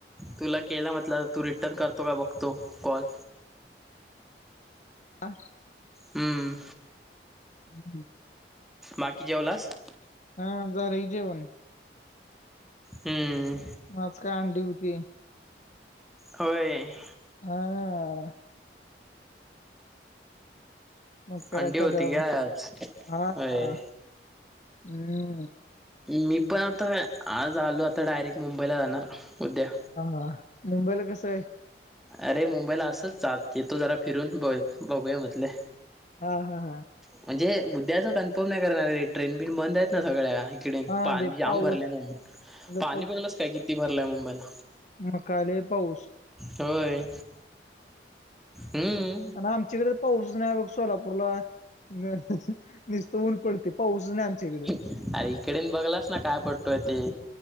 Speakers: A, in the centre; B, on the left.
A: तुला केलं म्हटलं तू रिटर्न करतो का बघतो कॉल.
B: आ.
A: हम्म.
B: <inaudible>
A: बाकी जेवलास?
B: हा. झाल कि जेवण.
A: हं.
B: म आज काय आंडी हुती.
A: होय.
B: हा. मग काय
A: अंडी
B: आता
A: होती
B: द्याव
A: काय आज
B: <unintelligible>
A: होय
B: हम्म.
A: मी पण आता आज आलो आता डायरेक्ट मुंबईला जाणार उद्या.
B: हा. हा. मुंबईला कसंयं?
A: अरे मुंबईला असच जा येतो जरा फिरून बघ बघूया म्हंटलं.
B: हा, हा, हा.
A: म्हणजे उद्याच कन्फर्म नाही करणार रे. ट्रेन बिन बंद आहेत ना सगळ्या. तिकडे
B: हा
A: पाणी
B: ते
A: जाम
B: पाऊस
A: भरलंय मु
B: लय
A: पाणी बघितलस काय किती भरलंय मुंबईला?
B: म काय लई पाऊस.
A: होय. हम्.
B: आनं आमच्याकड पाऊसचं नाही हाय बघ सोलापूरला <unintelligible> निसत ऊन पडतयं. पाऊसच नाही आमच्याइकड.
A: अरे इकडेन बघलास ना काय पडतोय ते.